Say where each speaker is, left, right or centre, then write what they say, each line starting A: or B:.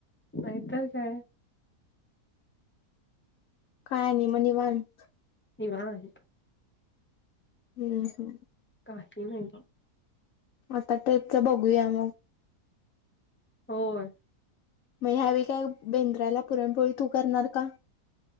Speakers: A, on the left; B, on the left.
A: नाही तर काय.
B: काय नाही म्ह निवांत.
A: निवांत,
B: ह
A: ह ह नाही <unintelligible>
B: आता टि्पच बघूया मगऽ
A: होय,
B: मग ह्यावेळी काय? बेंद्राला पुरणपोळी तू करणार का?